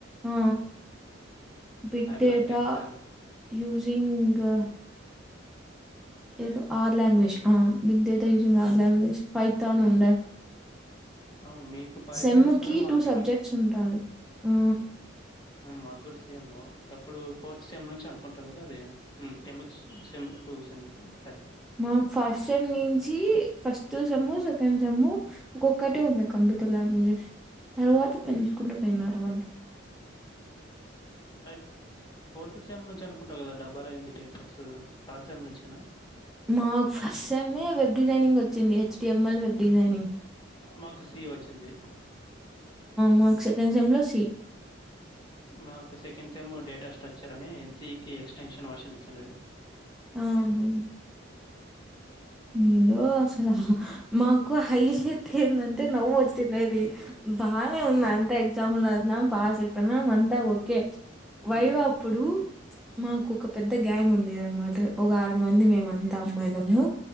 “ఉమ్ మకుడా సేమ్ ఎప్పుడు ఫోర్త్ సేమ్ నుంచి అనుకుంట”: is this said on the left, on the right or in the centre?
Left